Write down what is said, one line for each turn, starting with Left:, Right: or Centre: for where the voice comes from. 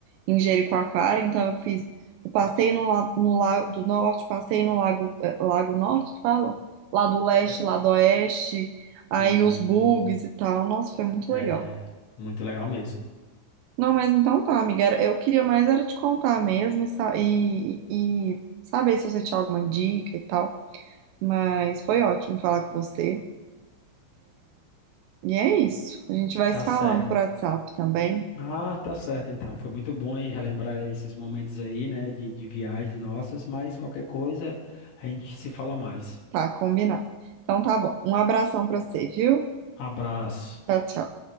Right: em Jericoacoara, então eu fiz, eu passei no, la- no Lago do Norte, passei no Lago, eh, Lago Norte, que fala? Lá do Leste,
Left: É,
Right: lá do Oeste, aí
Left: sim,
Right: os bugs e tal, nossa, foi muito
Left: é
Right: legal.
Left: muito legal mesmo.
Right: Não, mas então tá, amiga, era- eu queria mais era te contar mesmo e, sa- e e- e saber se você tinha alguma dica e tal, mas foi ótimo falar com você. E é isso. A gente vai
Left: Tá
Right: se falando
Left: certo.
Right: por WhatsApp também.
Left: Ah, tá certo, então. Foi muito bom aí relembrar esses momentos aí, né? De, de viagens nossas, mas qualquer coisa a gente se fala mais.
Right: Tá, combinado. Então tá bom. Um abração pra você, viu?
Left: Abraço.
Right: Tchau, tchau.